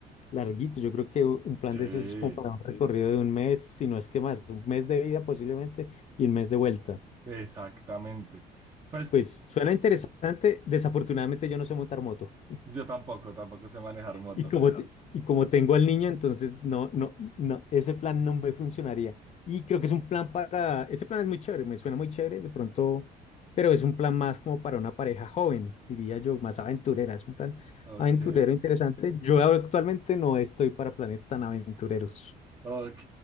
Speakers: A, on the left (about 40°); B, on the right (about 25°).
A: larguito. Yo creo que u- un plan
B: Sí,
A: de esos es como para un Sí. recorrido de un mes, si no es que más, un mes de ida posiblemente y un mes de vuelta.
B: exactamente. Pues
A: Pues suena interesante. Desafortunadamente yo no sé montar moto.
B: yo tampoco, tampoco sé manejar moto.
A: Y No, pues como, no. te- y como tengo al niño, entonces no, no, no, ese plan no me funcionaría. Y creo que es un plan para, ese plan es muy chévere, me suena muy chévere de pronto, pero es un plan más como para una pareja joven, diría yo, más aventurera, es un plan
B: Ok,
A: aventurero interesante. Yo actualmente no estoy para planes tan aventureros,
B: Ok,